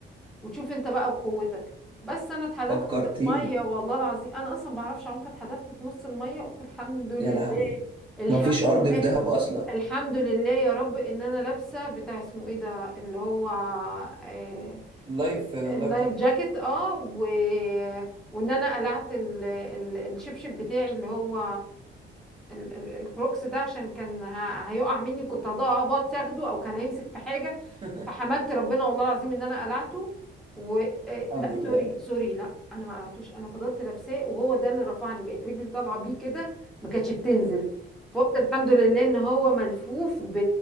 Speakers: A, in the centre; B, on the right (about 25°).
A: وتشوف انت بقى وقوتك بس انا اتحدفت
B: فكرتيني
A: في الميه والله العظيم انا اصلا بعرفش اعوم فاتحدفت في نص الميه قلت الحمد لله
B: يا لهوي
A: <laughs> الحمد
B: مفيش ارض
A: لله
B: في دهب اصلا
A: الحمد لله يا رب ان انا لابسه بتاع اسمه ايه ده اللي هو آه،
B: اللايف
A: ال-
B: لايف
A: اللايف
B: جاكيت
A: جاكيت اه و... وان انا قلعت ال... ال... الشبشب بتاعي اللي هو ال... ال... الكروكس ده عشان كان ه... هيقع مني كنت هضبط تاخده او كان هيمسك في حاجه
B: <laughs>
A: فحمدت ربنا والله العظيم ان انا قلعته و... آه،
B: الحمد
A: لا
B: لله
A: سوري سوري لا انا ما قلعتوش انا فضلت لابساه وهو ده اللي رفعني بقت رجلي طالعه بيه كده ما كانتش بتنزل فقلت الحمد لله ان هو ملفوف ب...